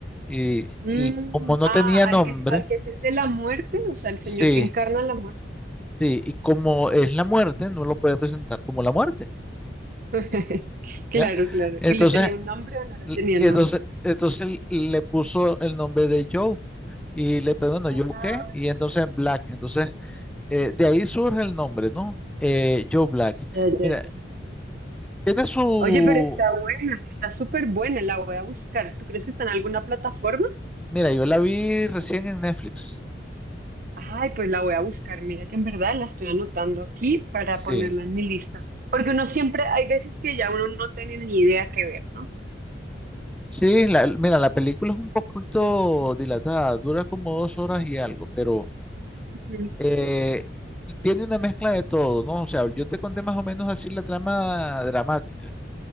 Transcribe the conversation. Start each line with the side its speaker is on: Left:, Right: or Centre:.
Centre: Y
Right: Mm,
Centre: l- como no
Right: ah,
Centre: tenía
Right: al
Centre: nombre,
Right: que, al que es el de la muerte, o sea, el señor
Centre: sí,
Right: que encarna la muerte.
Centre: sí, y como es la muerte, no lo puede presentar como la muerte,
Right: <laughs> Claro,
Centre: ¿ya?
Right: claro.
Centre: Entonces
Right: ¿Y le tenía un nombre o no le
Centre: L-
Right: tenía
Centre: Y
Right: nombre?
Centre: entonces, entonces le puso el nombre de Joe y le pero bueno,
Right: Ah,
Centre: Joe qué y entonces Black. Entonces, eh, de ahí surge el nombre, ¿no? Eh, Joe Black.
Right: ya, ya,
Centre: Mira,
Right: ya.
Centre: tiene su...
Right: Oye, pero está buena, está súper buena, la voy a buscar. ¿Tú crees que está en alguna plataforma?
Centre: Mira, yo la vi recién en Netflix.
Right: Ay, pues la voy a buscar. Mira que en verdad la estoy anotando aquí para
Centre: Sí.
Right: ponerla en mi lista. Porque uno siempre, hay veces que ya uno no tiene ni idea qué ver, ¿no?
Centre: Sí, la- mira, la película es un poquito dilatada, dura como dos horas y algo, pero
Right: Ujú.
Centre: eh, tiene una mezcla de todo, ¿no? O sea, yo te conté más o menos así la trama dramática